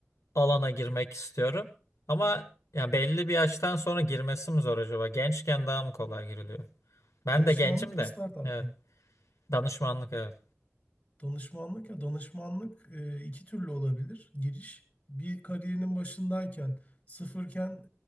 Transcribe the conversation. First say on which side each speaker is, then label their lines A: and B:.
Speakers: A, on the left (about 70°); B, on the left (about 25°).
A: alana girmek istiyorum. Ama ya belli bir yaştan sonra girmesi mi zor acaba? Gençken daha mı kolay giriliyor? Ben
B: Danışmanlık
A: de gencim
B: mı
A: de.
B: startup
A: Evet.
B: mı?
A: Danışmanlık evet.
B: Danışmanlık ya danışmanlık e, iki türlü olabilir. Giriş bir kariyerinin başındayken sıfırken